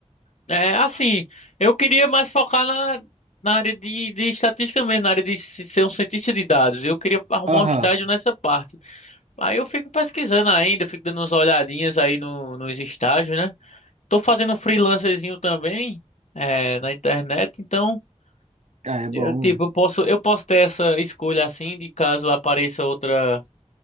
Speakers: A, on the left; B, on the right.
A: É assim, eu queria mais focar na, na área de, de estatística mesmo, na área de se- ser um cientista de dados. Eu queria arrumar
B: Aham.
A: um estágio nessa parte. Aí eu fico pesquisando ainda, fico dando umas olhadinhas aí no, nos estágios, né? tô fazendo um freelancerzinho também, é, na internet, então
B: Ah, é bom,
A: eu tipo,
B: ué.
A: eu posso eu posso ter essa escolha assim de caso apareça outra